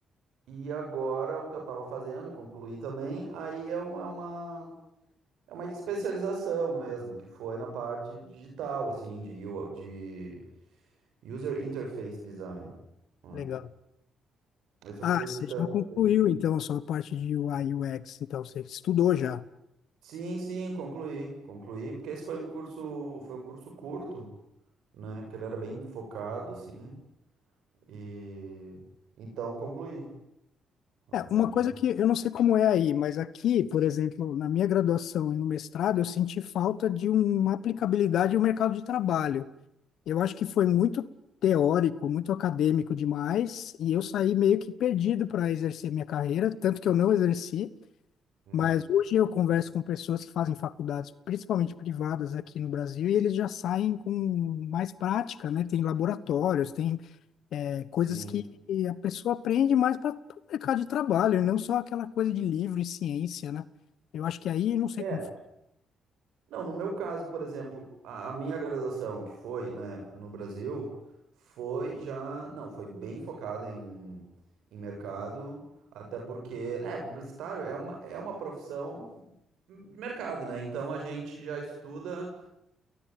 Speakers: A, on the right; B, on the left.
A: e agora o que eu estava fazendo, eu concluí também, aí é uma, é uma é uma especialização mesmo, que foi na parte digital, assim, de, U- I de User Interface Design. né?
B: Legal.
A: Esse
B: Ah,
A: eu fiz à distância
B: você já concluiu
A: daí.
B: então a sua parte de UI UX, então você estudou já.
A: Sim, sim, concluí. Concluí, porque esse foi um curso, foi um curso curto, né? Porque ele era bem focado, assim. E então concluí. Na
B: É,
A: verdade,
B: uma coisa que eu não sei como é aí, mas aqui, por exemplo, na minha graduação e no mestrado, eu senti falta de uma aplicabilidade no mercado de trabalho. Eu acho que foi muito teórico, muito acadêmico demais, e eu saí meio que perdido para exercer minha carreira, tanto que eu não exerci,
A: hum,
B: mas hoje eu converso com pessoas que fazem faculdades, principalmente privadas aqui no Brasil, e eles já saem com mais prática, né? Tem laboratórios, tem é, coisas
A: sim.
B: que a pessoa aprende mais para o mercado de trabalho, e não só aquela coisa de livro e ciência, né? Eu acho que aí não sei
A: É.
B: como foi.
A: Não, no meu caso, por exemplo, a, a minha graduação, que foi, né, no Brasil, foi já. Não, foi bem focada em, em mercado, até porque, né, publicitário é uma, é uma profissão de mercado, né? Então a gente já estuda.